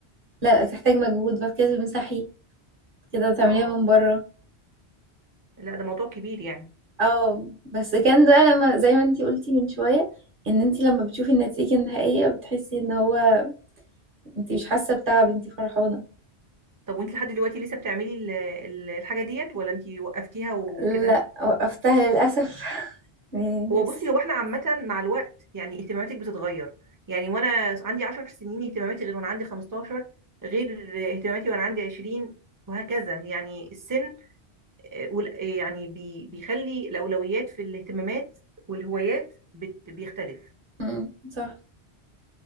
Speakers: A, on the right (about 55°); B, on the right (about 25°).
A: لا تحتاج مجهود بعد كده تمسحي بعد كده تعمليها
B: اه
A: من بره
B: لا ده موضوع كبير يعني
A: اه بس كان ده لما زي ما انتي قلتي من شوية ان انتي لما بتشوفي النتيجة النهائية بتحسي ان هو انتي مش حاسة بتعب انتي فرحانة
B: طب وانت لحد دلوقتي لسه بتعملي ال- ال- الحاجة ديت ولا انت وقفتيها وكده
A: لا وقفتها للأسف <laughs> نفسي
B: هو بصي هو احنا عامة مع الوقت يعني اهتماماتك بتتغير يعني وانا عندي عشر سنين اهتماماتي غير وانا عندي خمستاشر غير اهتماماتي وانا عندي عشرين وهكذا يعني السن وال- يعني بي- بيخلي الأولويات في الاهتمامات والهوايات بت- بيختلف
A: مم، صح